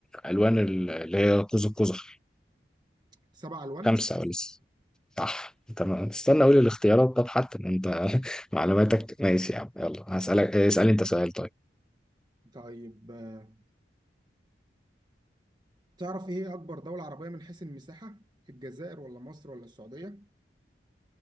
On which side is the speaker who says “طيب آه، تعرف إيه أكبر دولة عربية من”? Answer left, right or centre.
Right